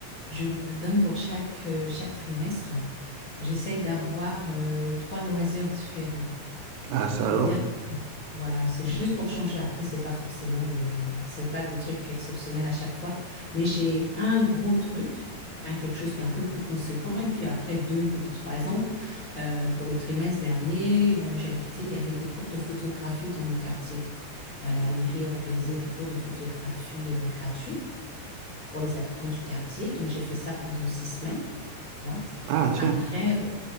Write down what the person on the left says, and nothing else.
je me donne pour chaque, euh, chaque trimestre, j'essaie d'avoir euh, trois loisirs différents.
C'est-à-dire
voilà, c'est juste pour changer. Après, c'est pas forcément des, c'est pas des trucs exceptionnels à chaque fois. Mais j'ai un gros truc, un quelque chose qui est un peu plus conséquent, et puis après deux petites. Par exemple, euh, pour le trimestre dernier, là où j'ai habité, il y avait des cours de photographie dans mon quartier. Euh, la mairie organisait des cours de photographie euh, gratuits pour les habitants du quartier. Donc j'ai fait ça pendant six semaines. tu vois.
Après, euh,